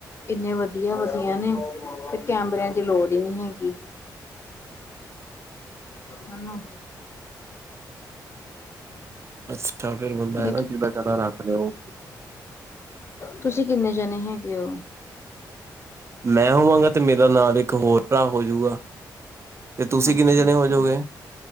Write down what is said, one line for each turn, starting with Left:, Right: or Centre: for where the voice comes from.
Left: ਇੰਨੇ ਵਧੀਆ -ਵਧੀਆ ਨੇ ਤੇ ਕੈਮਰਿਆਂ ਦੀ ਲੋੜ, ਏ ਨੀ ਹੈਗੀ ਹਨ,
Right: ਅੱਛਾ ਫੇਿਰ ਬੰਦਾ
Left: ਵੀ
Right: ਹੈ ਨਾ ਚੀੜਾ- ਚਾਰਾ ਰੱਖ ਲਓ,
Left: ਤੁਸੀਂ ਕਿੰਨੇ ਜਾਣੇ ਹੈਗੇ ਹੋ,
Right: ਮੈਂ ਹੋਵਾਂਗਾ ਤੇ ਮੇਰਾ ਨਾਲ ਇੱਕ ਹੋਰ ਭਰਾ ਹੋਜੂਗਾ, ਤੇ ਤੁਸੀਂ
Left: ਅੱਛਾ
Right: ਕਿੰਨੇ ਜਣੇ
Left: ਅੱਛਾ
Right: ਹੋ ਜਾੋਗੇ,